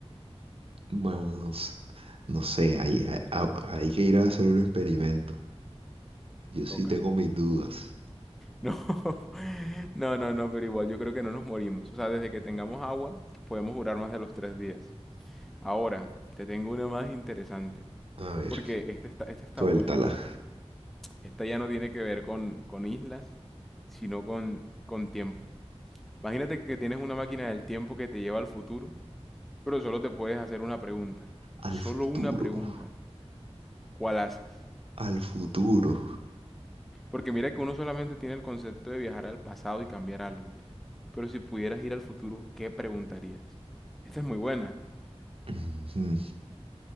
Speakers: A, on the right; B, in the centre.
A: Más, no sé, hay, hay, a- hay que ir a hacer un experimento. Yo sí
B: Toca.
A: tengo mis dudas.
B: No, <laughs> no, no, no, pero igual yo creo que no nos morimos. O sea, desde que tengamos agua, podemos durar más de los tres días. Ahora, te tengo una más interesante,
A: A ver,
B: porque esta está, esta está
A: suéltala.
B: buena, Esta ya no tiene que ver con, con islas, sino con, con tiempo. Imagínate que tienes una máquina del tiempo que te lleva al futuro, pero solo te puedes hacer una pregunta.
A: Al
B: Solo
A: futuro,
B: una pregunta. ¿Cuál haces?
A: al futuro.
B: Porque mira que uno solamente tiene el concepto de viajar al pasado y cambiar algo. Pero si pudieras ir al futuro, ¿qué preguntarías? Esta es muy buena.
A: Ujú.